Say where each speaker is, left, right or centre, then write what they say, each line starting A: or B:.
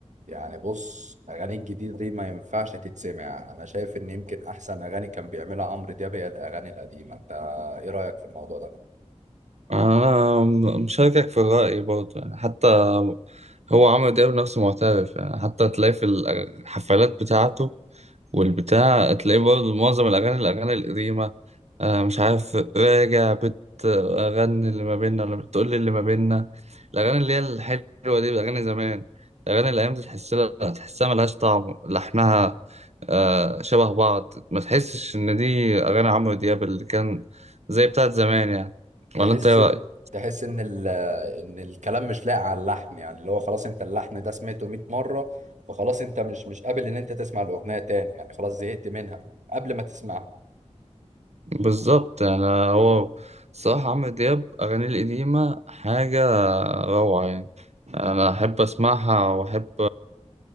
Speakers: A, on the right; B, on the right.
A: يعني بص اغاني الجديده دي ما ينفعش تتسمع انا شايف ان يمكن احسن اغاني كان بيعملها عمرو دياب هي الاغاني القديمه انت ايه رايك في الموضوع ده
B: أنا م- مشاركك في الرأي برضه يعني حتى هو عمرو دياب نفسه معترف يعني حتى تلاقي في الحفلات بتاعته والبتاع تلاقيه برضه معظم الأغاني الأغاني القديمة آه، مش عارف راجع بتغني اللي ما بيننا ولا بتقول لي اللي ما بيننا الأغاني اللي هي الحلوة دي الأغاني زمان الأغاني الأيام دي تحس لها تحسها ملهاش طعم لحنها آه، شبه بعض ما تحسش إن دي أغاني عمرو دياب اللي كان زي بتاعت زمان يعني ولا
A: تحس
B: أنت إيه رأيك؟
A: تحس ان ال... ان الكلام مش لاقي على اللحن يعني اللي هو خلاص انت اللحن ده سمعته 100 مره فخلاص انت مش مش قابل ان انت تسمع الاغنيه تاني يعني خلاص زهقت منها قبل ما تسمعها
B: بالظبط يعني هو صراحة عمرو دياب أغانيه القديمة حاجة روعة يعني أنا أحب أسمعها وأحب